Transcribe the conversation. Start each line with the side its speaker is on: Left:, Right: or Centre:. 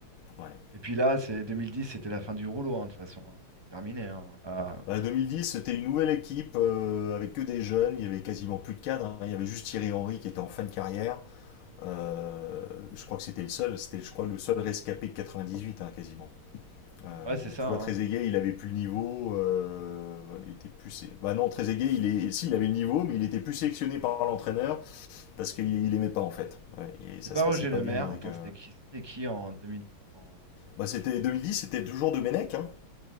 Left: Ouais.
Right: Et puis là, c'est 2010, c'était la fin du rouleau, hein, de toute façon. hein. C'était terminé, hein. Là,
Left: Bah, 2010, c'était une nouvelle équipe euh, avec que des jeunes. Il y avait quasiment plus de cadres. hein. Il y avait juste Thierry Henry qui était en fin de carrière. Euh, je crois que c'était le seul, c'était je crois le seul rescapé de 98 hein, quasiment. Euh,
Right: ouais, c'est ça,
Left: tu vois,
Right: hein.
Left: Trezeguet, il avait plus le niveau, euh, ouais, il était plus. Bah non, Trezeguet, il est, si, il avait le niveau, mais il était plus sélectionné par l'entraîneur parce qu'il il aimait pas en fait. Ouais, et ça
Right: C'est pas
Left: se
Right: Roger
Left: passait pas
Right: Le
Left: bien
Right: Maire.
Left: avec.
Right: Attends,
Left: euh,
Right: c'était qui, c'était qui en 2010, en...
Left: Bah c'était 2010, c'était toujours de Menech. Hein.